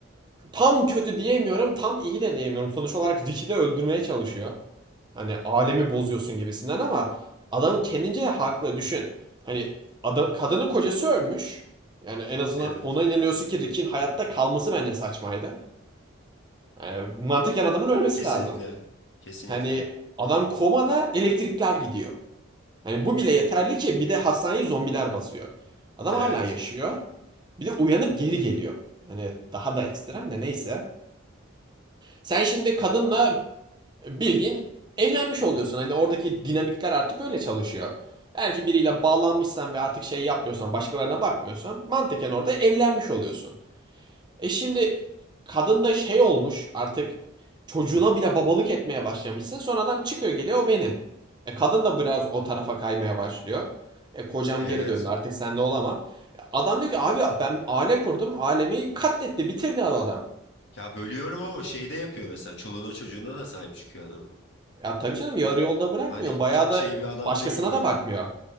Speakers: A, on the right; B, on the left.
A: tam kötü diyemiyorum, tam iyi de diyemiyorum. Sonuç olarak Rick'i de öldürmeye çalışıyor. Hani alemi bozuyorsun gibisinden ama adam kendince haklı. Düşün. Hani adam, kadının kocası ölmüş. Yani en azından
B: Evet.
A: ona inanıyorsun ki Rick'in hayatta kalması bence saçmaydı. Yani mantıken adamın ölmesi
B: Kesinlikle.
A: lazım.
B: Kesinlikle.
A: Hani adam komada elektrikler gidiyor. Hani bu bile yeterli ki bir de hastaneyi zombiler basıyor. Adam
B: Evet.
A: hala yaşıyor. Bir de uyanıp geri geliyor. Hani daha da ekstrem de neyse. Sen şimdi kadınla bildiğin evlenmiş oluyorsun. Hani oradaki dinamikler artık öyle çalışıyor. Eğer ki biriyle bağlanmışsan ve artık şey yapmıyorsan, başkalarına bakmıyorsan mantıken orada evlenmiş oluyorsun. E şimdi kadın da şey olmuş artık çocuğuna bile babalık etmeye başlamışsın. Sonra adam çıkıyor geliyor o benim. E kadın da biraz o tarafa kaymaya başlıyor. E kocam
B: Evet.
A: geri döndü artık sende olamam. E, Adam diyor ki abi ben aile kurdum. Ailemi katletti bitirdi adam.
B: Ya bölüyorum ama şeyde yapıyor mesela. Çoluğuna çocuğuna da sahip çıkıyor adam.
A: Ya tabii canım yarı yolda bırakmıyor.
B: Hani
A: Bayağı
B: çok
A: da
B: şey bir adam
A: başkasına
B: değil öyle.
A: da bakmıyor.